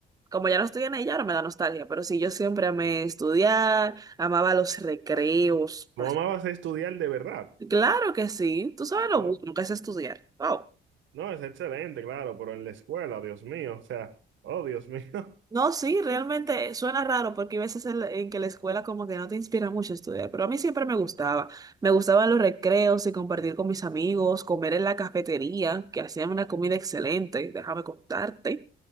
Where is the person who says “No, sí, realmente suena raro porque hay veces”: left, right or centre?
Right